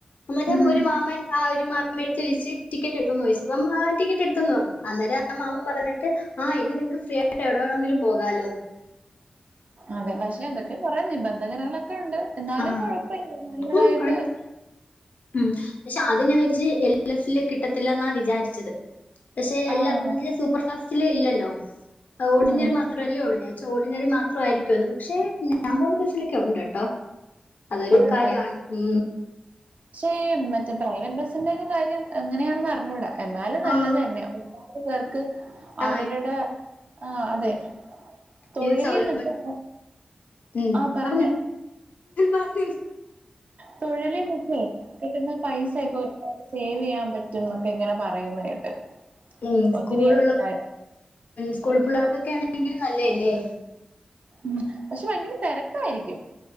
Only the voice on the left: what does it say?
അന്നെരം
ഒരു മാമൻ ആ എടുത്ത് ചഴച്ച് ടിക്കറ്റ് എടുന്ന് ചോദിച്ചു അപ്പ ടിക്കറ്റ് എടുത്തന്ന് പറഞ്ഞു അന്നേരം ആ മാമൻ പറഞ്ഞിട്ട് ആ ഇനി നിങ്ങക്ക് ഫ്രീ ആയിട്ട് എവിടെ വേണമെങ്കിലും പോകാലോന്ന്
ആ
ഉം, കുഴപ്പ- ഉം പക്ഷെ അത് ഞാൻ വിരിച്ച് എൽ എൽ എഫില് കിട്ടത്തില്ല എന്നാ വിചാരിച്ചത് പക്ഷെ എല്ലാ
സൂപ്പർ ഫാസ് ൽ ഇല്ലല്ലോ ഓർഡിനറി
മാത്രമല്ലേ ഓടുന്നെ ചോടിനറി മാത്രമായിയിരിക്കുംന്ന് പക്ഷെ ഞാൻ പോകുന്ന ലൊ ക്കെ ഉണ്ട് കേട്ടോ അതൊരു
കാര്യമാണ് ഉ
ആ
ആ
ഉം.
യൂസ് ആവുമല്ലോ. ഉം,
പറഞ്ഞോ പറഞ്ഞു
ഉ
സ്കൂളുള്ള
സ്കൂൾ പിള്ളേർക്കൊക്കെ ആണെങ്കിലും അല്ലേ അല്ലേ